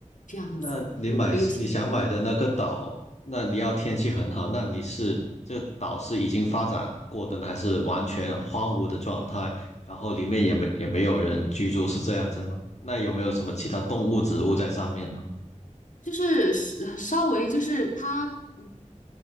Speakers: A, on the left (about 75°); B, on the left (about 60°).
A: 这样子。
B: 那你买你想买的那个岛，
A: 如果没有现，
B: 那你要天气很好，那你是这个岛是已经发展过的呢，还是完全荒芜的状态？然后里面也没也没有人居住，是这样子吗？那有没有什么其他动物、植物在上面呢？
A: 就是呃稍微就是他。嗯